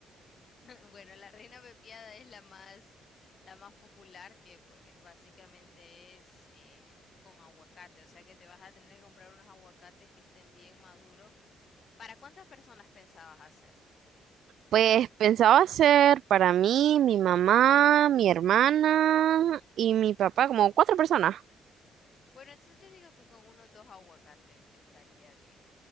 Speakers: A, on the left (about 50°); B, on the right (about 70°).
A: <laughs> Bueno, la reina pepiada es la más, la más popular que pues básicamente es eh, con aguacate, o sea que te vas a tener que comprar unos aguacates que estén bien maduros. ¿Para cuántas personas pensabas hacer?
B: Pues pensaba hacer para mí, mi mamá, mi hermana y mi papá, como cuatro personas.
A: Bueno, entonces yo digo que con uno o dos aguacates estaría bien.